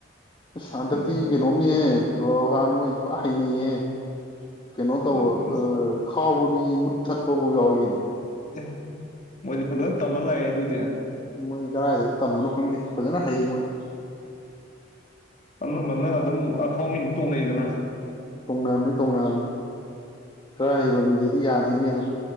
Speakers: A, on the left; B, on the left.
A: ꯁꯥꯟꯇꯇ
B: ꯅꯪ
A: ꯀ ꯅꯣꯝꯅꯤ
B: ꯑꯁ
A: ꯍꯥꯏ ꯥ ꯃꯣꯏꯕꯨ ꯍꯥꯏꯅꯤꯍꯦ ꯀꯩꯅꯣ
B: ꯑꯗꯨꯗꯤ
A: ꯇꯧ ꯑ
B: ꯑꯁ
A: ꯈꯥꯎꯕ ꯃꯤ ꯃꯨꯠꯊꯠꯄꯕꯨ ꯌꯥꯎꯏ ꯀꯅꯣ
B: ꯑꯦ ꯃꯣꯏꯗꯤ ꯐꯖꯅ ꯇꯝꯃ ꯂꯥꯛꯑꯦ ꯑꯗꯨꯗꯤ
A: ꯃꯣꯏꯗꯤ ꯀꯔꯥꯏꯗꯕꯨ ꯇꯝꯕꯅꯣ ꯈꯪꯗꯦ ꯐꯖꯅ ꯍꯩ ꯃꯣꯏꯗꯤ
B: ꯑꯅꯝꯕꯅ ꯑꯗꯨꯝ ꯑꯈꯥꯎꯃꯤꯗꯤ ꯇꯣꯡꯅꯩꯗꯅ
A: ꯇꯣꯡꯅꯔꯕꯅꯤ ꯇꯣꯡꯅꯔꯕꯅꯤ ꯈꯔ ꯍꯩꯕ ꯃꯤꯗꯗꯤ ꯌꯥꯗꯦꯅꯦ ꯑꯗꯣ